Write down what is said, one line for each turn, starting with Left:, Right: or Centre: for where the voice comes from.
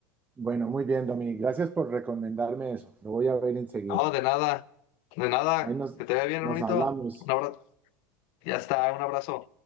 Right: Bueno, muy bien, Dominic. Gracias por recomendarme eso. Lo voy a ver enseguida.
Left: No, de nada, de nada,
Right: Ahí nos,
Left: que te vea bien,
Right: nos
Left: hermanito.
Right: hablamos.
Left: Un abrazo, ya está, un abrazo.